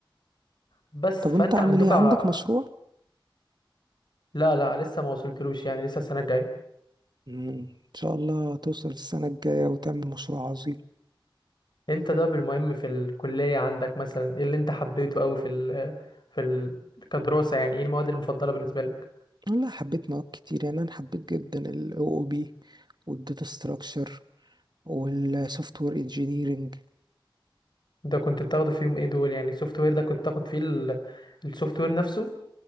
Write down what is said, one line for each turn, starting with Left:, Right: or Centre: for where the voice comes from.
Left: بس
Right: طب
Left: فأنت
Right: انت عامل
Left: عندك
Right: ايه عندك
Left: ع-
Right: مشروع
Left: لا لا لسه ما وصلتلوش يعني لسه السنة الجاية
Right: امم ان شاء الله توصل السنة الجاية وتعمل مشروع عظيم
Left: أنت ده بالمهم في الكلية عندك مثلا إيه اللي أنت حبيته أوي في ال في ال كدراسة يعني إيه المواد المفضلة بالنسبة لك
Right: والله حبيت مواد كتير يعني انا حبيت جدا ال OOP والداتا ستراكشر والسوفت وير engineering
Left: ده كنت بتاخده فيهم إيه دول يعني سوفت وير ده كنت تاخد فيه السوفت وير نفسه